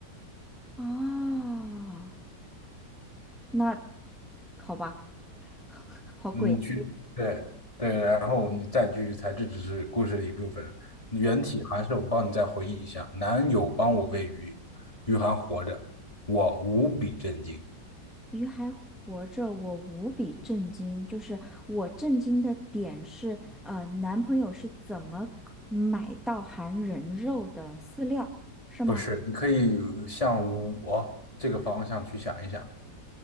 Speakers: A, in the centre; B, on the left.
A: 哦。那好吧，<laughs> 好鬼，
B: 你去对对，然后你再继续猜，这只是故事的一部分。原题还是我帮你再回忆一下：男友帮我喂鱼，鱼还活着，我无比震惊。
A: 鱼还活着，我无比震惊。就是我震惊的点是，呃，男朋友是怎么买到含人肉的饲料，是吗？
B: 不是，你可以向我这个方向去想一想，